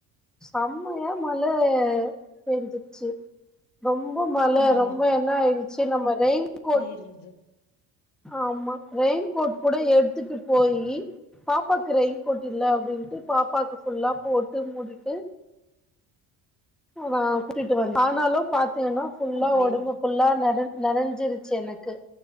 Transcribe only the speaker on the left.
ஆமா ஆமா
இருந்து
அப்டியா